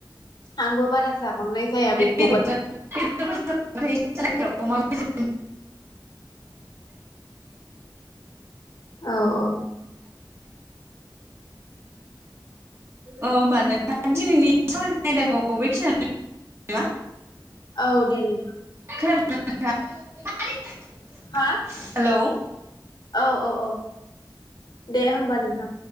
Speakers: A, on the left; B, on the right.
A: आंबो बारा जाबांनाय जाया बेखौ
B: बेदरजों अमा <unintelligible> <unintelligible>
A: औ औ
B: औ होनबा नोंथाङा दिनैनि सावरायनाय आयदाखौ बेखिनिआवनो नामा।
A: औ दे नोंथां।
B: <unintelligible>
A: हा
B: हेल'।
A: औ औ औ दे होमबा नोंथां।